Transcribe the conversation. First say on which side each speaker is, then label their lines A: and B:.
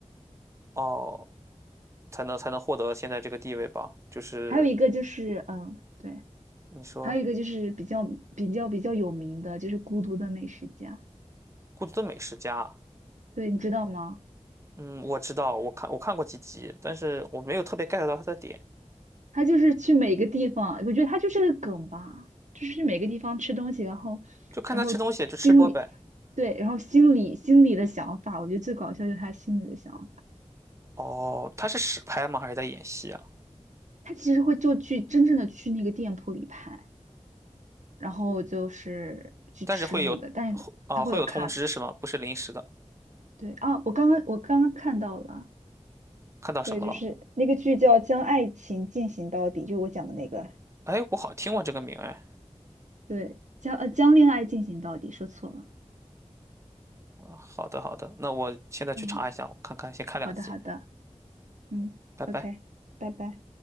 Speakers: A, on the right (about 25°); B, on the right (about 80°).
A: 哦，才能才能获得现在这个地位吧？就是
B: 还有一个就是，嗯，对，
A: 你说。
B: 还有一个就是比较比较比较有名的，就是《孤独的美食家》，
A: 孤独的美食家，
B: 对，你知道吗？
A: 嗯，我知道，我看我看过几集，但是我没有特别 get 到他的点，
B: 他就是去每个地方，我觉得他就是个梗吧，就是去每个地方吃东西，然后，
A: 就看他吃东西就吃播呗。
B: 然后心里，对，然后心里心里的想法，我觉得最搞笑就是他心里的想法。
A: 哦，他是实拍吗？还是在演戏啊？
B: 他其实会就去真正的去那个店铺里拍，然后就是去吃那个，
A: 但是会有，
B: 但是他会有
A: 啊、会有通知是吗？
B: cut。
A: 不是临时的。
B: 对啊，我刚刚我刚刚看到了，
A: 看到什么了？
B: 对，就是那个剧叫《将爱情进行到底》，就是我讲的那个。
A: 哎，我好像听过这个名哎。
B: 对，将呃将恋爱进行到底，说错了。
A: 好的好的，那我现在去查一下，
B: 嗯，
A: 我看看，先看两集，
B: 好的好的。嗯，OK，
A: 拜拜。
B: 拜拜。